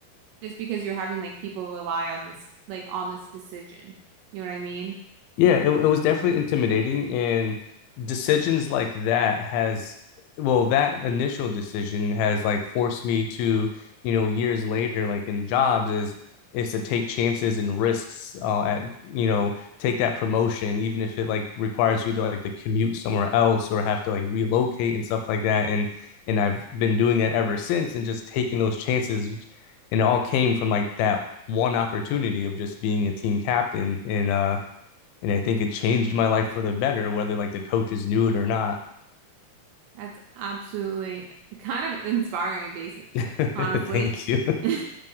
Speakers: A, on the right (about 80°); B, on the left (about 85°).
A: just because you're having like people rely on this like on this decision. You know what I mean?
B: Yeah, it, it was definitely intimidating and decisions like that has well that initial decision has like forced me to, you know, years later like in jobs is is to take chances and risks uh, at you know take that promotion even if it like requires you to like to commute somewhere else or have to like relocate and stuff like that and and I've been doing that ever since and just taking those chances and it all came from like that one opportunity of just being a team captain and uh and I think it changed my life for the better, whether like the coaches knew it or not.
A: That's absolutely kind of inspiring basis,
B: <laughs>
A: honestly.
B: Thank you.
A: <laughs>